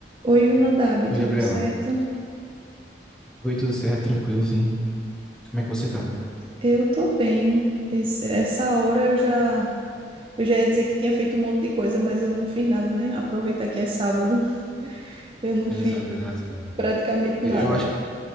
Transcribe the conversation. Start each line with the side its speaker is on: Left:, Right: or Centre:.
Right: Oi, Junadab,
Centre: Oi,
Right: tudo
Centre: Gabriela.
Right: certo?
Centre: Oi, tudo certo? Tranquilo, sim. Como é que você tá?
Right: Eu tô bem. Esse- essa hora eu já, eu já ia dizer que tinha feito um monte de coisa, mas eu não fiz nada, né? Aproveitar que é sábado, eu não
Centre: Exato,
Right: fiz
Centre: exato.
Right: praticamente
Centre: Eu
Right: nada.
Centre: acho que,